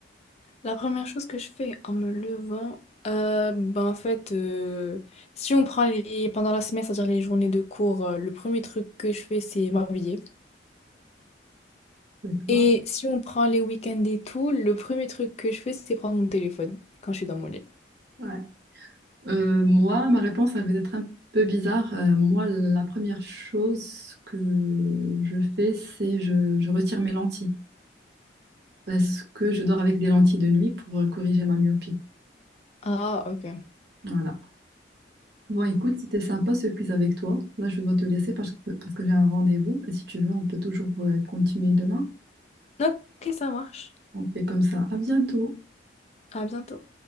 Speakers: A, on the left (about 35°); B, on the right (about 55°).
A: La première chose que je fais en me levant, euh, ben en fait, euh, si on prend les pendant la semaine, c'est-à-dire les journées de cours, euh, le premier truc que je fais, c'est m'habiller.
B: D'accord.
A: Et si on prend les week-ends et tout, le premier truc que je fais, c'est prendre mon téléphone quand je suis dans mon lit.
B: Ouais. Euh, moi, ma réponse, elle va être un peu bizarre. Euh, moi, la première chose que je fais, c'est je, je retire mes lentilles parce que je dors avec des lentilles de nuit pour euh, corriger ma myopie.
A: Ah, ok.
B: Voilà. Bon, écoute, c'était sympa ce quiz avec toi. Là, je dois te laisser parce que, parce que j'ai un rendez-vous. Et si tu veux, on peut toujours euh, continuer demain.
A: Ok, ça marche.
B: On fait comme ça. À bientôt.
A: À bientôt.